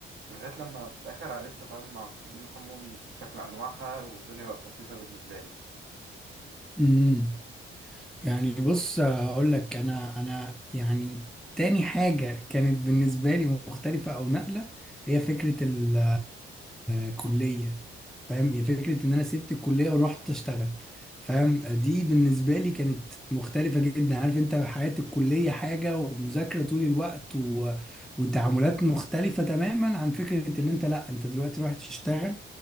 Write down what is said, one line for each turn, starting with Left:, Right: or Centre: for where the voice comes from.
Right: لغايه لما في الاخر عرفت اتعامل مع الناس عموما بشكل انواعها والدنيا بقت بسيطه بالنسبه لي
Centre: امم يعني بص هقول لك انا انا يعني تاني حاجة كانت بالنسبة لي مختلفة او نقلة هي فكرة ال الكلية فاهم هي فكرة ان انا سبت الكلية ورحت اشتغل فاهم دي بالنسبة لي كانت مختلفة جدا عارف انت حياة الكلية حاجة ومذاكرة طول الوقت و... وتعاملات مختلفة تماما عن فكرة ان انت لا انت دلوقتي رايح تشتغل